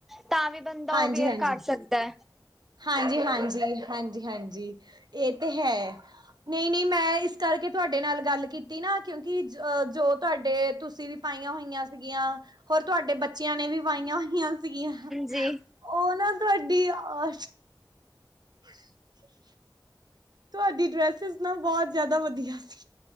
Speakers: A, in the centre; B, on the right.
A: ਤਾਂ ਵੀ ਬੰਦਾ
B: ਹਾਂਜੀ-
A: ਉਹ ਵੇਅਰ
B: ਹਾਂਜੀ
A: ਕਰ ਸਕਦਾ ਹੈ
B: ਹਾਂਜੀ ਹਾਂਜੀ ਹਾਂਜੀ ਹਾਂਜੀ ਇਹ ਤੇ ਹੈ। ਨਹੀਂ ਨਹੀਂ ਮੈਂ ਇਸ ਕਰਕੇ ਤੁਹਾਡੇ ਨਾਲ ਗੱਲ ਕੀਤੀ ਨਾ ਕਿਉਂਕਿ ਜੋ ਤੁਹਾਡੇ ਤੁਸੀਂ ਪਾਈਆਂ ਹੋਈਆਂ ਸੀਗੀਆਂ ਹੋਰ ਤੁਹਾਡੇ ਬੱਚਿਆਂ ਨੇ ਵੀ ਪਾਈਆਂ ਹੋਈਆਂ ਸੀਗੀਆਂ
A: ਜੀ
B: ਉਹ ਨਾ ਤੁਹਾਡੀ ਆ <inaudible> ਤੁਹਾਡੀ ਡਰੈਸਿਸ ਨਾ ਬਹੁਤ ਜਿਆਦਾ ਵਧੀਆ ਸੀ।